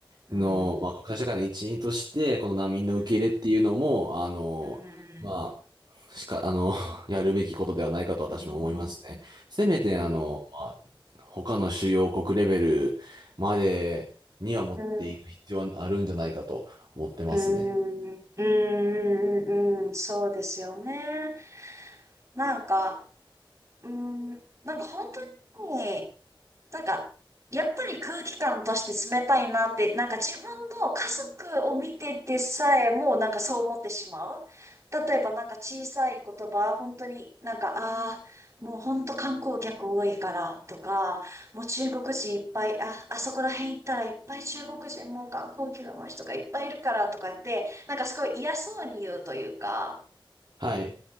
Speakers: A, on the right; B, on the right.
A: うん。
B: の、まあ、国際社会の一員として、この難民の受け入れっていうのも、
A: うん。
B: あの、
A: うん。
B: まあ、しか、あの、<laughs> やるべきことではないかと私も思いますね。
A: うん。
B: せめて、
A: うん。
B: あの、まあ、他の主要国レベルまでには持っていく必要はあるんじゃないかと思ってますね。
A: うん。うん。うん。うん。そうですよね。なんか、うん。なんか本当に、なんか、やっぱり空気感として冷たいなって、なんか自分の家族を見ててさえもなんかそう思ってしまう。例えばなんか小さい言葉、本当になんか、ああ、もう本当観光客多いからとか、もう中国人いっぱい、あ、あそこら辺行ったらいっぱい中国人もう観光客の人がいっぱいいるからとかって、なんかすごい嫌そうに言うというか、
B: はい。